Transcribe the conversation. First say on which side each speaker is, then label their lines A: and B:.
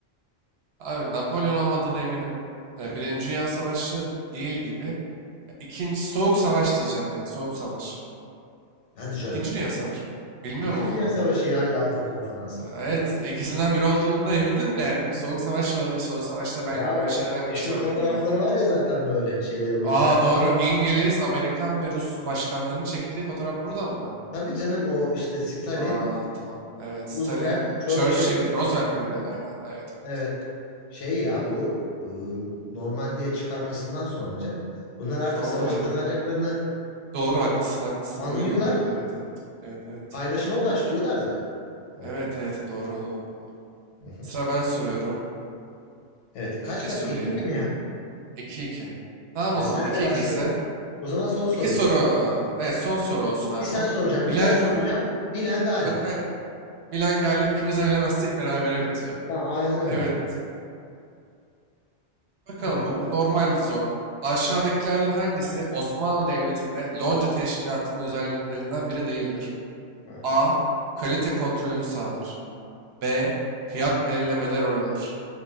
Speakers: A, on the right (about 65°); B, on the left (about 85°).
A: Abi Napolyon olmadığına eminim. E,
B: Yani,
A: Birinci Dünya Savaşı değil gibi. E, İkinci Soğuk Savaş diyeceğim ya. Soğuk Savaş.
B: hadi canım.
A: İkinci Dünya Savaşı. Bilmiyorum
B: İkinci
A: o zaman.
B: Dünya Savaşı ya Yalta Konferansı.
A: E, Evet,
B: Yapma.
A: ikisinden biri olduğuna emindin de yani dedim Soğuk Savaş da olabilir. Soğuk Savaş'ta belki
B: Ya
A: böyle
B: o
A: şeyler yapmıştır
B: meşhur
A: Amerika
B: fotoğrafları var ya zaten böyle şeyle Roosevelt
A: Aa doğru. İngiliz, Amerikan ve Rus başkanlarının çekildiği fotoğraf buradan mı?
B: Tabii canım o işte Stalin,
A: Aa tamam. Evet. Stalin,
B: Roosevelt, Churchill.
A: Churchill, Roosevelt
B: Hı
A: miydi?
B: hı.
A: Aynen. Evet evet.
B: Evet. Şey ya
A: Ha,
B: bu e, Normandiya çıkarmasından sonra canım. Bunlar artık
A: tamamdır
B: savaşı
A: abi.
B: kazanacaklarını
A: <laughs> Doğru haklısın haklısın.
B: anlıyorlar.
A: Buydu buydu. Evet evet. Evet evet.
B: Paylaşıma başlıyorlar zaten orada.
A: Evet evet doğru doğru. doğru.
B: Hı hı.
A: Sıra ben soruyorum.
B: Evet kaç
A: Ne
B: kaç?
A: sorayım?
B: iki iki mi ya?
A: 2 iki. Tamam
B: E,
A: o zaman
B: senle
A: iki
B: başladık.
A: iki ise.
B: O zaman son sorular.
A: iki soru. Evet son soru olsun abi
B: Bir sen
A: bu.
B: soracaksın,
A: Bilen
B: bir ben soracağım. Bilen galip.
A: bak, bak bilen galip ikimiz de bilemezsek berabere bitiyor.
B: Tamam aynen öyle.
A: Evet Bakalım
B: Tamam sor.
A: bu normal zor. Aşağıdakilerden hangisi Osmanlı Devleti'nde Lonca Teşkilatı'nın özelliklerinden biri değildir?
B: Ha,
A: A. Kalite kontrolünü sağlar. B. Fiyat belirlemede rol alır.